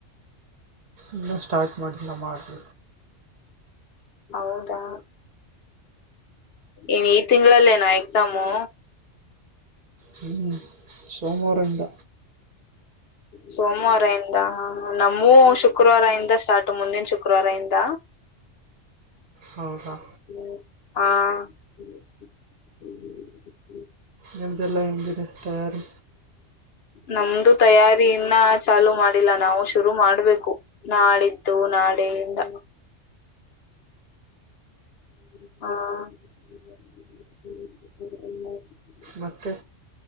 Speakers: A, on the right; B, on the left.
A: ಇನ್ನಾ ಸ್ಟಾರ್ಟ್ <unintelligible>
B: ಹೌದಾ ಏನ್ ಈ ತಿಂಗಳಿ ಏನ್ ಎಕ್ಸಾಮು
A: ಹೂ ಸೋಮವಾರಇಂದ
B: ಸೋಮವಾರ ಇಂದ ಹ ನಮುವು ಶುಕ್ರ ಶುಕ್ರವಾರ ಇಂದ ಸ್ಟಾರ್ಟ್ ಮುಂದಿನ ಶುಕ್ರ ಶುಕ್ರವಾರ ಇಂದ
A: ಹೌದಾ
B: ಹ
A: ನಿಮ್ಮದೆಲ್ಲ ಹೆಂಗಿದೆ ತಯಾರಿ
B: ನಮ್ದು ತಯಾರಿ ಇನ್ನ ಚಾಲು ಮಾಡಿಲ್ಲ ನಾವ್ ಶುರು ಮಾಡಬೇಕು ನಾಡಿದ್ದು ನಾಳೆಯಿಂದ ಹ
A: ಮತ್ತೆ